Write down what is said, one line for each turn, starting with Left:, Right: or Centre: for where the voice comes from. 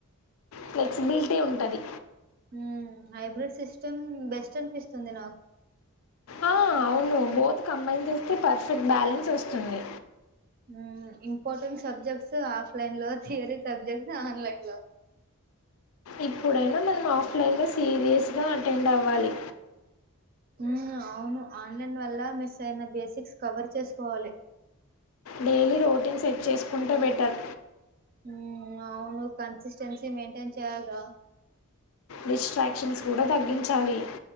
Left: ఫ్లెక్సిబిలిటీ ఉంటది
Right: హ్మ్ హైబ్రిడ్ సిస్టమ్ బెస్ట్ అనిపిస్తుంది నాకు
Left: ఆ అవును బోత్ కంబైన్ చేస్తే పర్ఫెక్ట్ బ్యాలెన్స్ వస్తుంది
Right: హ్మ్ ఇంపార్టెంట్ సబ్జెక్ట్స్ ఆఫ్లైన్ లో థియరీ సబ్జెక్ట్స్ ఆన్లైన్ లో
Left: ఇప్పుడైనా మనం ఆఫ్లైన్లో సీరియస్గా అటెండ్ అవ్వాలి
Right: హ్మ్ అవును ఆన్లైన్ వల్ల మిస్ అయిన బేసిక్స్ కవర్ చేసుకోవాలి.
Left: డైలీ రొటీన్ సెట్ చేసుకుంటే బెటర్
Right: హ్మ్ అవును కన్సిస్టెన్సీ మెయింటైన్ చేయాలి రా
Left: డిస్ట్రాక్షన్స్ కూడా తగ్గించాలి